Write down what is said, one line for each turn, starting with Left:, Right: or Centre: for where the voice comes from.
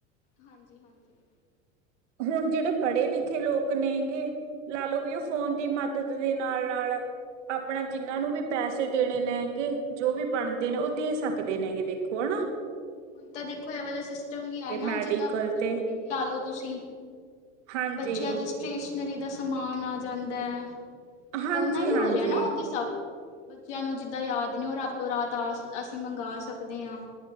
Left: ਹਾਂਜੀ ਹਾਂਜੀ
Right: ਹੁਣ ਜਿਹੜੇ ਪੜ੍ਹੇ ਲਿਖੇ ਲੋਕ ਨੇਗੇੇ ਲਾ ਲਓ ਵੀ
Left: ਹਾਂਜੀ
Right: ਉਹ ਫੋਨ ਦੀ ਮਦਦ ਦੇ ਨਾਲ ਨਾਲ ਆਪਣਾ ਜਿੰਨਾਂ ਨੂੰ ਵੀ ਪੈਸੇ ਦੇਣੇ ਲੈਗੇ ਜੋ ਵੀ ਬਣਦੇ
Left: ਹਾਂਜੀ
Right: ਨੇ ਉਹ ਦੇ ਸਕਦੇ ਨੇ ਦੇ ਕੌਣ
Left: ਹੁਣ ਤਾਂ ਦੇਖੋ ਇਹ ਵਾਲਾ ਸਿਸਟਮ ਵੀ ਹੈ ਨਾ
Right: ਮੈਡੀਕਲ
Left: ਜਿੱਦਾਂ ਬਲਿੰਕੀਟ
Right: ਤੇ
Left: ਲਾ ਲੋੋ ਤੁਸੀਂ
Right: ਹਾਂਜੀ
Left: ਬੱਚਿਆਂ ਦੀ ਸਟੇਸ਼ਨਰੀ ਦਾ ਮਾਨ ਆ ਜਾਂਦਾ ਏ ਫੋਨ
Right: ਹਾਂਜੀ
Left: ਨਾਲ
Right: ਹਾਂਜੀ
Left: ਹੀ ਹੋ ਰਿਹਾ ਨਾ
Right: ਹਾਂ
Left: ਉਥੇ ਸਭ ਬੱਚਿਆਂ ਨੂੰ ਜਿੱਦਾਂ ਯਾਦ ਨੇ ਉਹ ਰਾਤੋ ਰਾਤ ਆ ਅਸੀਂ ਮੰਗ ਸਕਦੇ ਹਾਂ